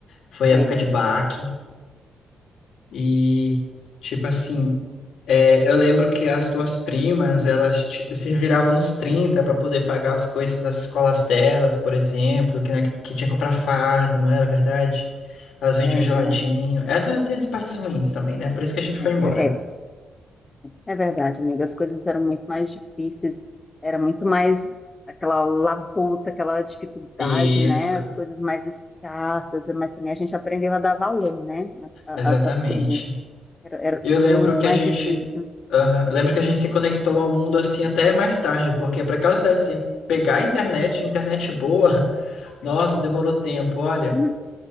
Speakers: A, on the left; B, on the left.
A: Foi
B: É,
A: época de baque, e tipo assim, é, eu lembro que as tuas primas, elas ti- se viravam nos 30 para poder pagar as coisas das escolas delas, por exemplo, que, na- que tinha que comprar farda, não era verdade? Elas vendiam
B: é,
A: geladinho.
B: verdade. é, é verdade.
A: Essa tem as partes ruins também, né? Por isso que a gente foi
B: É,
A: embora.
B: é, é. É verdade, amiga. As coisas eram muito mais difíceis, era muito mais aquela labuta, aquela dificuldade,
A: Isso,
B: né? As coisas mais escassas, mas também a gente aprendeu a dar valor, né? A,
A: exatamente.
B: a- a tudo. Era, era
A: Eu
B: tudo
A: lembro que
B: mais
A: a gente,
B: difícil.
A: aham, eu lembro que a gente se conectou ao mundo assim até mais tarde, porque para aquela cidade assim, pegar a internet, internet boa, <laughs> nossa, demorou tempo, olha.
B: Hum,